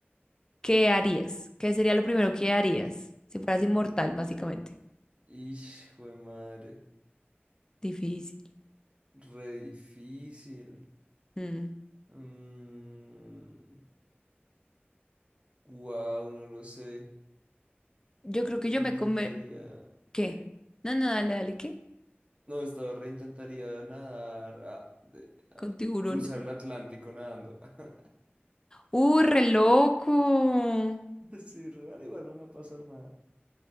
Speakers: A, on the left (about 20°); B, on the right (about 30°).
A: ¿qué harías? ¿Qué sería lo primero que harías si fueras inmortal, básicamente?
B: Hijo de madre,
A: Difícil.
B: re difícil.
A: Mm.
B: Mm, wow, no lo sé.
A: Yo creo que
B: Intentaría.
A: yo me come... ¿Qué?
B: ¿Qué?
A: No, no, dale, dale, ¿qué?
B: No, estaba re intentaría nadar, ah, de-
A: Con
B: ah,
A: tiburones.
B: cruzar el Atlántico nadando. <laughs>
A: Uh, re loco.
B: Sí, re, igual no me va a pasar nada.